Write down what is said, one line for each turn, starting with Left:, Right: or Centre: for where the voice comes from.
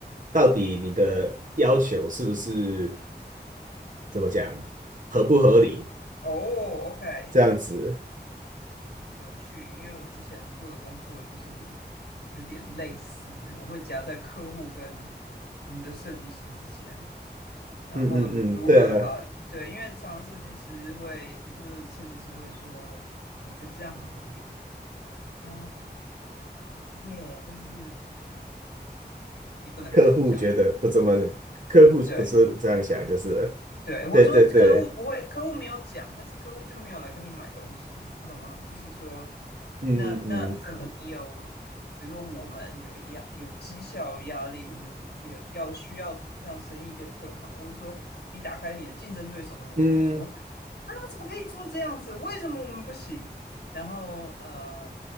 Right: 到底你的要求是不是怎么讲，合不合理，
Left: 哦，OK，
Right: 这样子。
Left: 有趣，因为我之前做的工作就是有点类似，我会夹在客户跟我们的设计师之间，然后如何把，
Right: 嗯嗯嗯，对啊。
Left: 对，因为常常设计师会，比如说设计师会说，我觉得这样很合理啊，耶，但是你不能这样讲，
Right: 客户觉得不怎么，客户不是这样想，
Left: 对，
Right: 就是
Left: 对，我是说客户不会，
Right: 对对对，
Left: 客户没有讲，但是客户就没有来跟你买东西，你懂吗？就是说，
Right: 嗯嗯
Left: 那那可能你有，比如说我们有压有绩效压力，我们也有要需要让生意变得更好，或者说你打开你的竞争对手的网页说，
Right: 嗯嗯，
Left: 啊，怎么可以做这样子？为什么我们不行？然后呃，